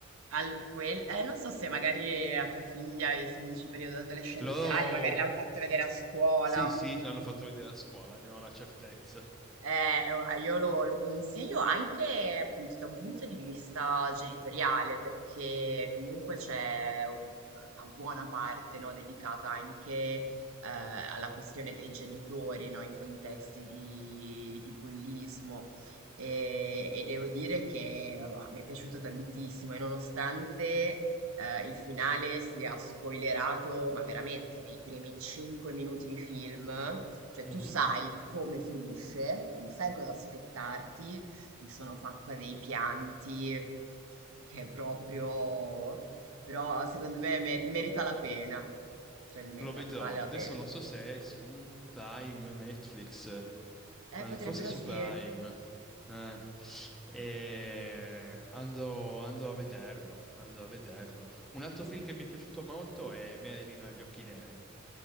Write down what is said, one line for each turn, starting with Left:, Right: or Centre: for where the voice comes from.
Right: Al quel eh, non so se magari a tua figlia, visto che dici periodo adolescenziale,
Centre: L'ho...
Right: magari l'han fatto vedere a scuola.
Centre: Sì, sì, l'hanno fatto vedere a scuola, ne ho la certezza.
Right: Eh, ora, io lo, lo consiglio anche appunto da un punto di vista genitoriale, perché comunque c'è un- una buona parte, no, dedicata anche eh, alla questione dei genitori, no, in contesti di, di bullismo. E, e devo dire che oh, ah, mi è piaciuto tantissimo, e nonostante eh, il finale sia spoilerato, ma veramente nei primi cinque minuti di film. Cioè,
Centre: Mhm.
Right: tu sai come finisce, quindi sai cosa aspettarti. Mi sono fatta dei pianti che è proprio... Però secondo me mer- merita la pena. Cioè, merita,
Centre: Lo vedrò.
Right: vale la
Centre: Adesso
Right: pena.
Centre: non so se è su Prime, Netflix,
Right: Eh,
Centre: and-
Right: potrebbero
Centre: forse su
Right: sì.
Centre: Prime. Eh, e andrò, andrò a vederlo, andrò a vederlo. Un altro film che mi è piaciuto molto è Marilyn agli occhi neri.